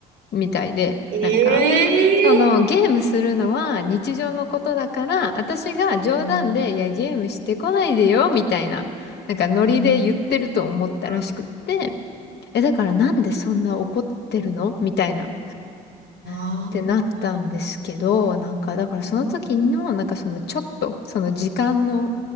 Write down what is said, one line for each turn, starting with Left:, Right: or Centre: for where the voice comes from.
Left: みたいで、
Right: ええ
Left: なんか、そのゲームするのは日常のことだから、私が冗談で、
Right: うん
Left: いや、ゲームしてこないでよ、みたいな、なんかノリで言ってると思ったらしくって、
Right: うんあ
Left: え、だからなんでそんな怒ってるのみたいな。
Right: あうん
Left: ってなったんですけど、なんか、だからその時の、
Right: う
Left: なんかそのちょっと、その時間の、